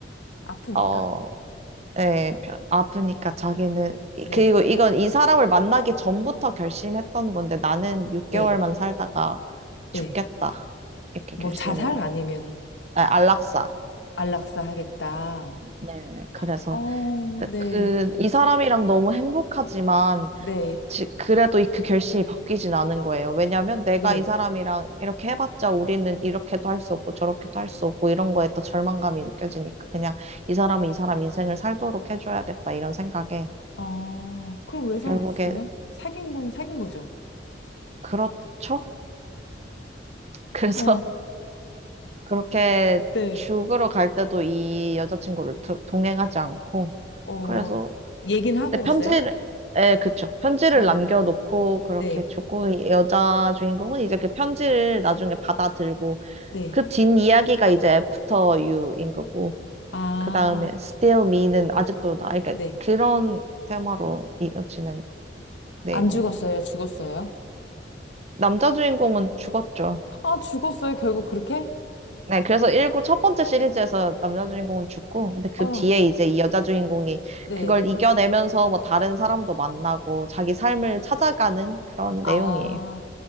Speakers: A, on the left; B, on the right.
A: 아프니까?
B: 어 예, 펴- 아프니까 자기는
A: 네,
B: 그리고 이건 이 사람을 만나기 전부터 결심했던 건데 나는 6개월만
A: 네,
B: 살다가
A: 네.
B: 죽겠다. 이렇게
A: 뭐
B: 결심을
A: 자살 아니면
B: 아, 안락사.
A: 안락사 하겠다.
B: 네네. 그래서
A: 어, 네.
B: 그 이 사람이랑 너무 행복하지만
A: 네,
B: 지- 그래도 이- 그 결심이 바뀌진 않은 거예요. 왜냐면 내가
A: 네.
B: 이 사람이랑 이렇게 해봤자 우리는 이렇게도 할 수 없고 저렇게도 할 수 없고 이런 거에 또 절망감이 느껴지니까 그냥 이 사람은 이 사람 인생을 살도록 해줘야겠다 이런 생각에
A: 아, 그럼 왜 사귀었어요?
B: 결국에
A: 사귄 건 사귄 거죠?
B: 그렇죠? <laughs> 그래서
A: 어,
B: 그렇게
A: 네.
B: 죽으러 갈 때도 이 여자친구를 두- 동행하지 않고
A: 어,
B: 그래서
A: 얘긴 하고
B: 근데
A: 갔어요?
B: 편지를 예, 그쵸. 편지를
A: 어.
B: 남겨놓고 그렇게
A: 네,
B: 죽고 이 여자 주인공은 이제 그 편지를 나중에 받아들고
A: 네.
B: 그 뒷이야기가 이제 After You인 거고,
A: 아,
B: 그 다음에 Still Me는 아직도 나, 그러니까
A: 네.
B: 그런 테마로 이어지는 내용이에요.
A: 안 죽었어요? 죽었어요?
B: 남자 주인공은 죽었죠.
A: 아, 죽었어요? 결국 그렇게?
B: 네, 그래서 일구 첫 번째 시리즈에서 남자 주인공은 죽고, 근데 그
A: 어,
B: 뒤에 이제 이 여자 주인공이
A: 네.
B: 그걸 이겨내면서 뭐 다른 사람도 만나고 자기 삶을 찾아가는 그런
A: 아,
B: 내용이에요.